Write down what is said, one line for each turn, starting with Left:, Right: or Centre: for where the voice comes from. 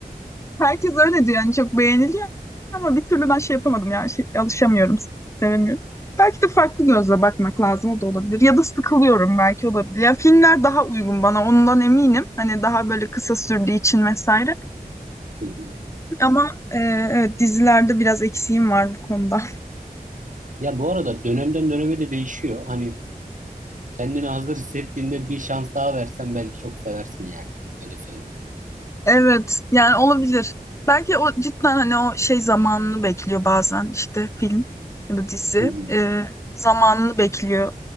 Left: Herkes öyle diyor yani çok beğeniliyor ama bir türlü ben şey yapamadım yani şey, alışamıyorum, sevemiyorum. Belki de farklı gözle bakmak lazım o da olabilir. Ya da sıkılıyorum belki olabilir. Ya filmler daha uygun bana ondan eminim. Hani daha böyle kısa sürdüğü için vesaire.
Right: Hı hı.
Left: Ama e, evet, dizilerde biraz eksiğim var bu konuda.
Right: Ya bu arada dönemden döneme de değişiyor. Hani kendini hazır hissettiğinde bir şans daha versen belki çok seversin yani. Öyle söyleyeyim.
Left: Evet yani olabilir. Belki o cidden hani o şey zamanını bekliyor bazen işte film ya da dizi
Right: Hı hı.
Left: e, zamanını bekliyor